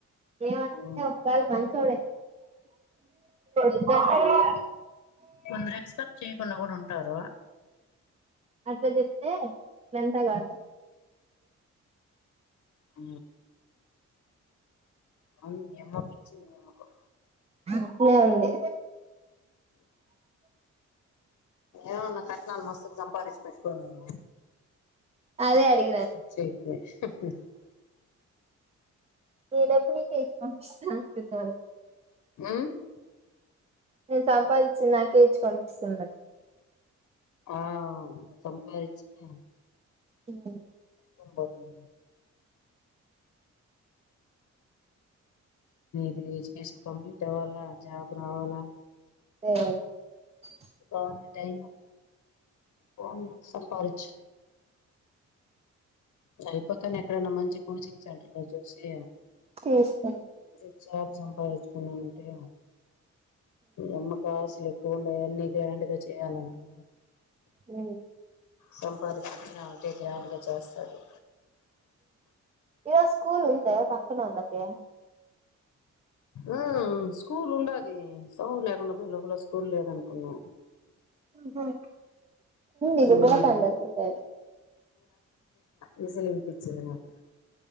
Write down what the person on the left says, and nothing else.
ఉమ్
కొందరు ఎక్స్పెక్ట్ చేయకుండా కూడా ఉంటారు
ఆ అవును నియమ ప ఇచ్చి నియమకం
ఏమన్నా కట్నాలు మస్తు సంపాదించి పెట్టుకోను
సక
ఆ
ఆ సంపాదిచ్చే
తభడి ది ఎడ్యుకేషన్ కంప్లీట్ అవ్వాలా జాబ్ రావాలా
అంత టైమా పో సంపాారిచ్చ నయిపోక్కనే ఎక్కడన్నా మంచి కోచింగ్ సెంటర్లు చూసి
సేప సంపాదించుకుని అంటే అమ్మకాశలు త ఉడా ఎన్ని గ్రాండ్ గా చేయాలంటుంది
సంపాదించించిన అకే గ్రాండ్గా చేస్తాడు
ఆ స్కూల్ ఉండది సౌండ్ లేకుండా పో లోపల స్కూల్ లేదనుకున్నా
ఉమ్
విసలునిపించింది నాకు